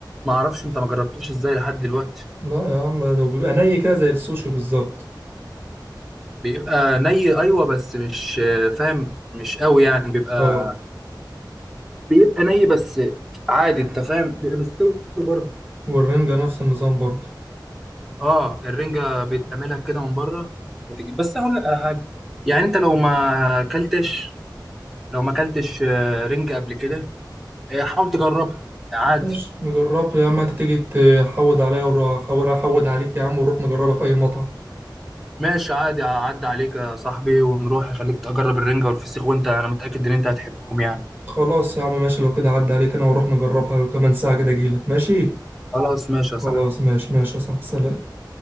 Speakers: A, in the centre; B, on the right.
A: ما اعرفش انت ما جربتوش ازاي لحد دلوقتي
B: لا يا عم ده بيبقى ني كده زي السوشي بالظبط
A: بيبقى ني ايوه بس مش فاهم مش قوي يعني بيبقى
B: اه
A: بيبقى ني بس عادي انت فاهم بيبقى مستوي برضه
B: والرنجة نفس النظام برضه
A: اه الرنجة بتعملها كده من بره وتجي بس هقول لك على حاجة يعني انت لو ما اكلتش لو ما اكلتش آه، رنجة قبل كده آه، حاول تجربها عادي
B: ماشي نجربها يا عم انت تيجي تحود عليا واروح احاول احود عليك يا عم ونروح نجربها في اي مطعم
A: ماشي عادي اعدي عليك يا صاحبي ونروح اخليك تجرب الرنجة والفسيخ وانت انا متأكد ان انت هتحبهم يعني
B: خلاص يا عم ماشي لو كده عدى عليك انا واروح نجربها كمان ساعة كده اجيلك ماشي
A: خلاص ماشي
B: خلاص
A: يا صاحبي
B: ماشي ماشي يا صاحبي سلام